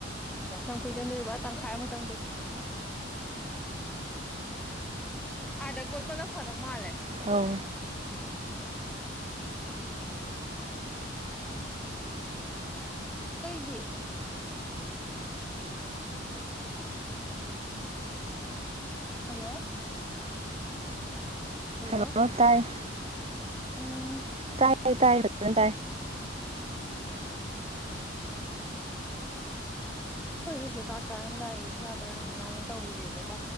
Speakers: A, in the centre; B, on the right.
A: ꯌꯥꯝ ꯀꯨꯏꯅ ꯆꯪꯗꯧꯔꯤꯕ꯭ꯔꯥ ꯑꯥ ꯇꯪꯈꯥꯏ ꯑꯃ ꯆꯪꯗ ꯑꯥꯗ ꯀꯣꯠꯄꯅ ꯐꯗꯧ ꯃꯥꯜꯂꯦ
B: ꯑꯧ
A: ꯑꯇꯩꯗꯤ ꯍ <inaudible> ꯍꯜꯂꯣ ꯍꯜꯂꯣ
B: ꯍꯥꯜꯂꯣ ꯇꯥꯏ
A: ꯎꯝ
B: ꯇꯥꯏ ꯇꯥꯏ ꯐꯖꯅ ꯇꯥꯏ
A: ꯑꯩꯈꯣꯏꯒꯤꯁꯨ ꯆꯥꯛ ꯆꯥꯔꯝꯗꯥꯏꯒꯤ ꯈꯔ ꯃꯔꯥꯡ ꯃꯔꯥꯡ ꯇꯧꯔꯨꯔꯦꯕꯀꯣ